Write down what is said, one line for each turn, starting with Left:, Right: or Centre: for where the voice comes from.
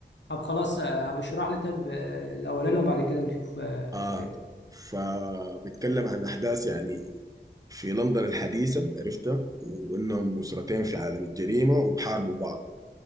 Left: طب خلاص آه، ابشرح لي طب آه، الاولاني وبعد كده نشوف آه،
Right: اه
Left: التاني
Right: فبيتكلم عن احداث يعني في لندن الحديثه عرفتها وانهم اسرتين في عالم الجريمه وبحاربوا بعض